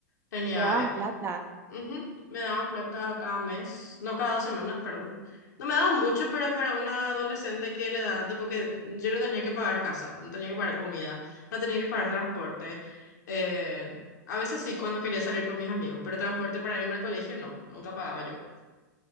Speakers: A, on the left; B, on the right.
A: Tenía,
B: te daban
A: eh,
B: plata.
A: Ujú, Me daban plata cada mes, no cada dos semanas, perdón. No me daban mucho, pero para una adolescente que le da, tipo que yo no tenía que pagar casa, no tenía que pagar comida, no tenía que pagar transporte. Eh, a veces sí, cuando quería salir con mis amigos, pero transporte para irme al colegio no, nunca pagaba yo.